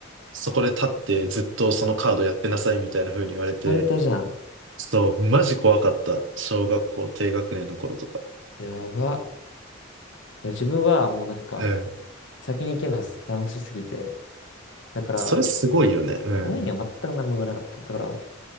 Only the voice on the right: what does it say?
そこで立ってずっとそのカードやってなさいみたいな風に言われて、
そう、マジ怖かった。小学校低学年の頃とか。
うん。
それすごいよね。うん。